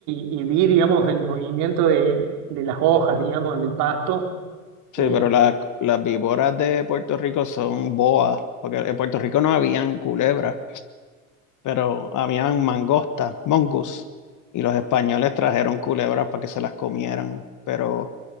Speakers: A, on the right (about 55°); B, on the left (about 40°).
A: y, y vi, digamos, el movimiento de, de las hojas, digamos, del pasto.
B: sí,
A: Eh,
B: pero la- las víboras de Puerto Rico son boas, porque en Puerto Rico no habían culebras. pero habían mangosta, mongoose, y los españoles trajeron culebras para que se las comieran, pero